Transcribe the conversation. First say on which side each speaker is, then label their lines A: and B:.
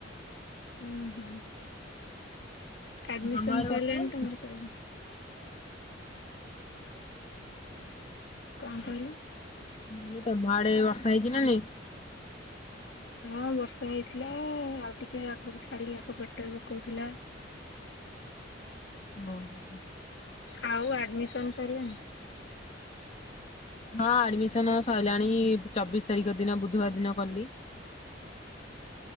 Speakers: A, on the left (about 65°); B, on the left (about 35°).
A: ଉଁ ହୁଁ। ଆଡିମିସନ
B: ତମ ଆଡେ
A: ସରିଲାଣି
B: ବର୍ଷା ହେଇନି?
A: ତମର ସବୁ। କଁ କହିଲୁ?
B: ମୁଁ କହିଲି ତମ ଆଡେ ବର୍ଷା ହେଇଛି ନା ନାଇଁ।
A: ହଁ ବର୍ଷା ହେଇଥିଲା ଆଉ ଟିକେ ଆଗରୁ ଛାଡିଲା ଠୋପେ ଠୋପେ ପକଉଥିଲା।
B: ଓ ହୋ।
A: ଆଉ ଆଡମିସନ ସରିଲାଣି।
B: ହଁ ଆଡମିସନ ସଇଲାଣି ଚବିଶ ତାରିଖ ଦିନ ବୁଧବାର ଦିନ କଲି।